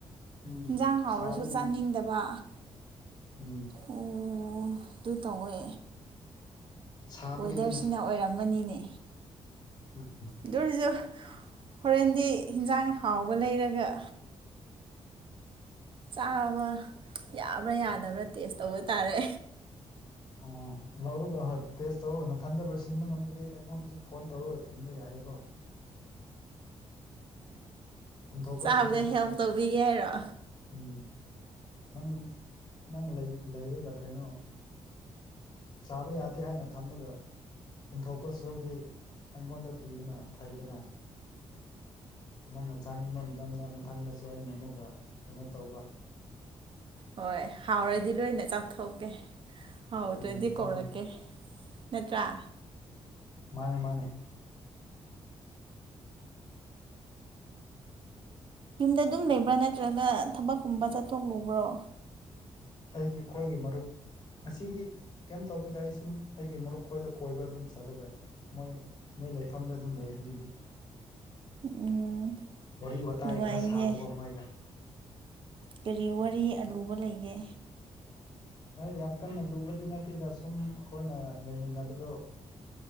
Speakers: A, on the left; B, on the right.
A: ꯎꯝ
B: ꯌꯦꯟꯖꯥꯡ ꯍꯥꯎꯔꯁꯨ
A: ꯁꯥꯕꯒꯤꯅꯦ
B: ꯆꯥꯅꯤꯡꯗꯕ
A: ꯎꯝ
B: ꯑꯣ ꯑꯗꯨ ꯇꯧꯋꯦ
A: ꯁꯥꯕꯒꯤꯅꯤꯗ
B: ꯋꯦꯗꯔꯁꯤꯅ ꯑꯣꯏꯔꯝꯃꯅꯤꯅꯦ
A: <inaudible>
B: ꯑꯗꯨꯔꯁꯨ ꯍꯣꯔꯦꯟꯗꯤ ꯍꯟꯖꯥꯡ ꯍꯥꯎꯕ ꯂꯩꯔꯒ ꯆꯥꯕ ꯌꯥꯕ꯭ꯔꯥ ꯌꯥꯗꯕ꯭ꯔꯥ ꯇꯦꯁ ꯇꯧꯕ ꯇꯥꯔꯦ
A: <inaudible> ꯑꯣ ꯂꯧꯔꯒ ꯍꯣꯏ ꯇꯦꯁ ꯇꯧꯔ ꯅꯥꯊꯟꯗ ꯂꯣꯏꯁꯤꯟꯕ ꯉꯝꯗ꯭ꯔꯤ ꯑꯩꯉꯣꯟꯗꯁꯨ ꯐꯣꯟ ꯇꯧꯔꯒ ꯊꯤꯟꯕ ꯌꯥꯏꯀꯣ ꯍꯨꯟꯗꯣꯛꯄ
B: ꯆꯥꯕꯗ
A: ꯁꯔꯨꯛꯇꯤ
B: ꯍꯦꯜꯞ
A: ꯑꯩ
B: ꯇꯧꯕꯤꯒꯦ ꯍꯥꯏꯔꯣ
A: ꯎꯝ ꯅꯪ ꯅꯪ ꯂꯩꯔꯒ ꯀꯩꯅꯣ ꯆꯥꯕ ꯌꯥꯗꯦ ꯍꯥꯏꯅ ꯊꯝꯃꯒ ꯄꯨꯨꯟꯊꯣꯛꯄ ꯁꯨꯔꯨꯗꯤ ꯑꯩꯉꯣꯟꯗ ꯄꯤꯕꯅ ꯐꯩꯗꯅ ꯅꯪꯅ ꯆꯥꯅꯤꯡꯕ ꯃꯇꯝꯗ ꯃꯊꯪꯗꯁꯨ ꯑꯩꯅ ꯑꯃꯨꯛꯀ ꯀꯩꯅꯣ ꯇꯧꯕ
B: ꯍꯣꯏ ꯍꯥꯎꯔꯗꯤ ꯂꯣꯏꯅ ꯆꯥꯛꯊꯣꯛꯀꯦ ꯍꯥꯎꯗꯔꯗꯤ
A: ꯎꯝ ꯑꯗꯨꯅꯦ
B: ꯀꯧꯔꯛꯀꯦ ꯅꯠꯇ꯭ꯔꯥ
A: ꯃꯥꯅꯦ ꯃꯥꯅꯦ
B: ꯌꯨꯝꯗ ꯑꯗꯨꯝ ꯂꯩꯕ꯭ꯔꯥ ꯅꯠꯇ꯭ꯔꯒ ꯊꯕꯛꯀꯨꯝꯕ ꯆꯠꯊꯣꯛꯂꯨꯕ꯭ꯔꯣ
A: ꯑꯩꯒꯤ ꯏꯈꯣꯏꯒꯤ ꯃꯔꯨꯞ ꯉꯁꯤꯗꯤ ꯀꯩꯝ ꯇꯧꯗꯣꯏꯗ ꯑꯩ ꯁꯨꯝ ꯑꯩꯒꯤ ꯃꯔꯨꯞ ꯈꯣꯏꯗ ꯀꯣꯏꯕ ꯑꯗꯨꯝ ꯆꯠꯂꯒ ꯃꯣꯏ ꯃꯣꯏ ꯂꯩꯐꯝꯗ ꯑꯗꯨꯝ ꯂꯩ ꯍꯧꯖꯤꯛꯇꯤ
B: ꯎꯝ
A: ꯋꯥꯔꯤ ꯋꯥꯇꯥꯏ
B: ꯅꯨꯡꯉꯥꯏꯅꯦ
A: ꯈꯔ ꯁꯥꯕꯒꯣ ꯃꯣꯏꯒ
B: ꯀꯔꯤ ꯋꯥꯔꯤ ꯑꯂꯨꯕ ꯂꯩꯒꯦ
A: ꯌꯥꯝ ꯀꯟꯅ ꯂꯨꯕꯗꯤ ꯅꯠꯇꯦꯗ ꯁꯨꯝ ꯑꯩꯈꯣꯏꯅ ꯂꯩꯃꯤꯟꯅꯕꯗꯣ